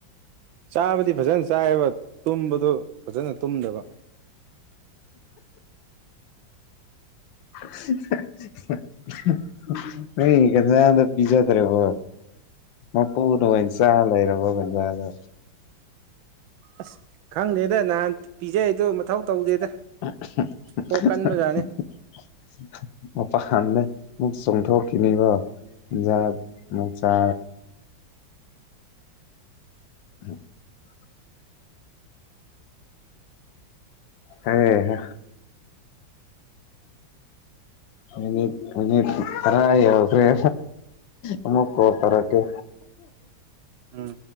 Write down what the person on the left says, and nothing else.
<inaudible> ꯅꯪ ꯒꯟꯖꯥꯗ ꯄꯤꯖꯗ꯭ꯔꯦꯕ ꯃꯄꯨꯅ ꯑꯣꯏꯅ ꯆꯥ ꯂꯩꯔꯕꯣ ꯒꯟꯖꯥꯗ
<unintelligible>
ꯃꯨ ꯆꯣꯡꯊꯣ ꯀꯅꯤꯕ ꯌꯥꯥ ꯃ ꯆꯥ <inaudible> ꯍꯩꯍꯥ ꯃꯤ ꯃꯤꯅꯤꯠ ꯇꯔ ꯌꯧꯈꯔꯦ ꯑꯃꯨꯛꯀꯣꯇꯧꯔꯛꯀꯦ꯫